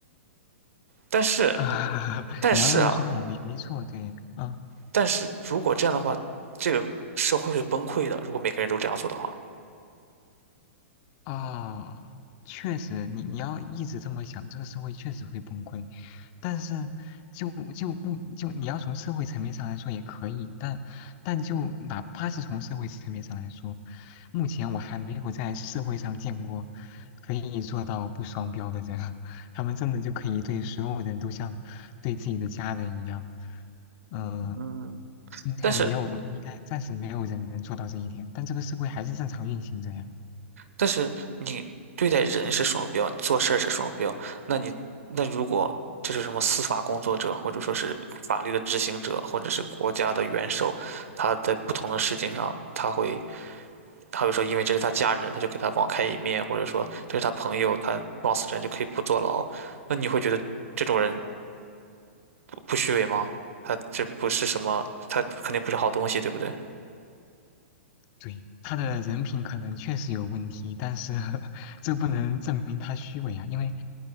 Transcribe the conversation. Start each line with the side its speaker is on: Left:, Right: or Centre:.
Right: 但是，
Left: <laughs>
Right: 但是啊，
Left: 你要这么说那也没没错。对，嗯。
Right: 但是如果这样的话，这个社会会崩溃的。如果每个人都这样做的话。
Left: 啊，确实，你你要一直这么想，这个社会确实会崩溃。但是就就不就你要从社会层面上来说也可以，但但就哪怕是从社会层面上来说，目前我还没有在社会上见过可以做到不双标的人，<laughs> 他们真的就可以对所有人都像对自己的家人一样。嗯、
Right: 嗯，
Left: 应该没有，
Right: 但是
Left: 应该暂时没有人能做到这一点，但这个社会还是正常运行着呀。
Right: 但是你对待人是双标，你做事儿是双标，那你那如果这是什么司法工作者，或者说是法律的执行者，或者是国家的元首，他在不同的事情上，他会他会说，因为这是他家人，他就给他网开一面，或者说这是他朋友，他撞死人就可以不坐牢，那你会觉得这种人不不虚伪吗？他这不是什么，他肯定不是好东西，对不对？
Left: 对，他的人品可能确实有问题，但是 <laughs> 这不能证明他虚伪啊，因为